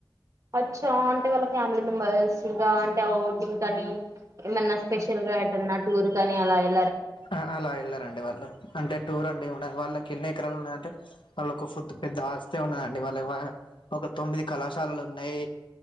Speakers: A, on the right; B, on the left.
A: అచ్చా అంటే వాళ్ళ ఫ్యామిలీ మెంబెర్స్ ఇంకా అంటే ఆ ఔటింగ్ కానీ ఏమన్నా స్పెషల్ గా ఏటన్నా టూర్ కాని అలా ఏల్
B: ఆ అలా ఏళ్ళారండి వాళ్ళు అంటే టూర్ అండి ఉన్నా వాళ్ళకి ఎన్ని ఎకరాలు ఉన్నాయి అంటే వాళ్ళక్ ఒక ఫుద్ పెద్ద ఆస్తే ఉన్నదండి, వాళ్ళక్ వా ఒక తొమ్మిది కళాశాలలు ఉన్నాయ్.